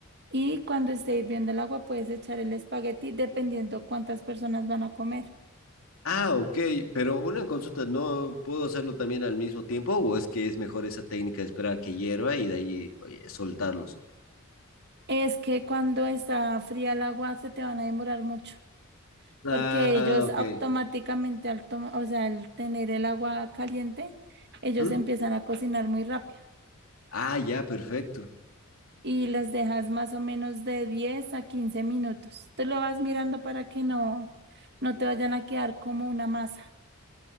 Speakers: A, on the right; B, on the left.
A: y cuando esté hirviendo el agua puedes echar el espagueti dependiendo cuántas personas van a comer.
B: Ah, ok, pero una consulta, ¿no puedo hacerlo también al mismo tiempo o es que es mejor esa técnica de esperar a que hierva y de ahí oye, soltarlos?
A: Es que cuando está fría el agua se te van a demorar mucho,
B: Ah,
A: porque ellos
B: ok.
A: automáticamente, al tom- o sea, al tener el agua caliente, ellos
B: ¿Mm?
A: empiezan a cocinar muy rápido
B: Ah, ya, perfecto.
A: y las dejas más o menos de 10 a 15 minutos. Tú lo vas mirando para que no, no te vayan a quedar como una masa.